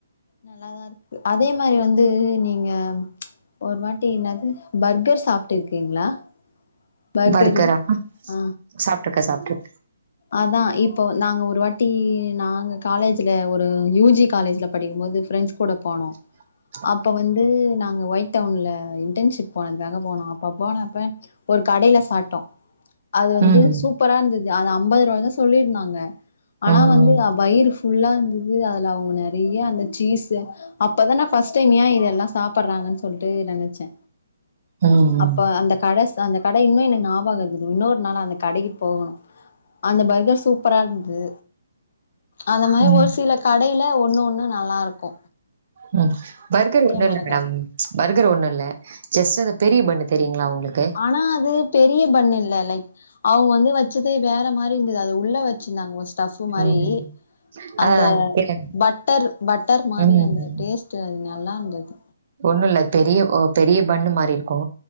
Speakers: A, on the left; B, on the right.
A: நல்லாதா இருக்கு அதே மாரி வந்து நீங்க ஒரு வாட்டி என்னாது பர்கர் சாப்ட்டு இருக்கீங்களா பர்கரு
B: பர்கரா
A: ஆ
B: சாப்ட்ருக்க சாப்ட்ருக்
A: அதா இப்போ வந் நாங்க ஒரு வாட்டி நாங்க காலேஜ்ல ஒரு யூ ஜி காலேஜ்ல படிக்போது ஃப்ரெண்ட்ஸ் கூட போணோ
B: <inaudible>
A: அப்ப வந்து நாங்க ஒயிட் டவுன்ல இன்டர்ன்ஷிப் போனதுக்காக போனோ அப்ப போனப்ப ஒரு கடைல சாட்டோ அது வந்து
B: ம்
A: சூப் ப்பரா இருந்தது அது ஐம்பது ரூபா தான சொல்லிருந்தாங்க ஆனா
B: ம்
A: வந்து வயிரு ஃபுல்லா இருந்தது அதில அவங்க நெறைய அந்த சீஸ் அப்பதா‌ நா ஃபஸ்ட் டைம் ஏ இத எல்லா சாப்பற்றாங்கன் சொல்ட்டு நெனைச்சே
B: ம் ம்
A: அப்போ அந்த கட அந்த கட இன்னு எனக் ஞாபக இருக்குது இன்னொரு நாள் அந்த கடக்கி போகுணு அந்த பர்கர் சூப்பரா இர்ந்து அந்த மாரி
B: ம்
A: ஒர் சில கடையில ஒன்னு ஒன்னு நல்லாருக்கு
B: ம் பர்கர் ஒன்னு இல்ல
A: மறக்காது
B: மேடம் பர்கர் ஒன்னுல்ல ஜஸ்ட் அந்த பெரிய பண்ணு தெரியுங்ளா உங்ளுக்கு
A: ஆனா அது பெரிய பண் இல்ல லைக் அவங்க வந்து வச்சதே வேற மாதிரி மீந்தத அத உள்ள வச்சிர்ந்தாங்க டப்பு மாரி
B: ம்
A: அந்த
B: அதா கேளுங்க
A: பட்டர் பட்டர் மாரி
B: ம்
A: அந்த டேஸ்ட் விட்டு அது நல்லாருந்தது
B: ஒண்ணு இல்ல பெரிய ஒ பெரிய பண்ணு மாரி இருக்கு